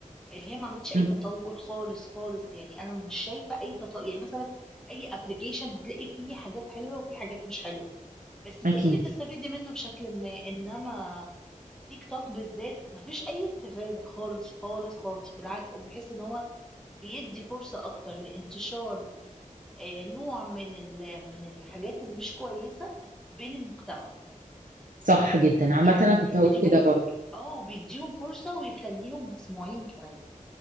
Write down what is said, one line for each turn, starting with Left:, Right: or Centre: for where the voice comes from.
Centre: اللي هي ما عملتش اي
Right: مم،
Centre: تطور خالص خالص يعني انا مش شايفه اي تطور يعني مثلا اي ابلكيشن هتلاقي فيه حاجات حلوه وفيه حاجات مش حلوه بس تقدري
Right: أكيد
Centre: تستفيدي منه بشكل ما انما تيك توك بالذات ما فيش اي استفاده خالص خالص خالص بالعكس انا بحس ان هو بيدي فرصه اكتر لانتشار آه، نوع من ال- من الحاجات اللي مش كويسه بين المجتمع
Right: صح جدا
Centre: يعني
Right: عامة أنا
Centre: بيديهم
Right: كنت هقول كده برضه
Centre: اه بيديهم فرصه ويخليهم مسموعين كمان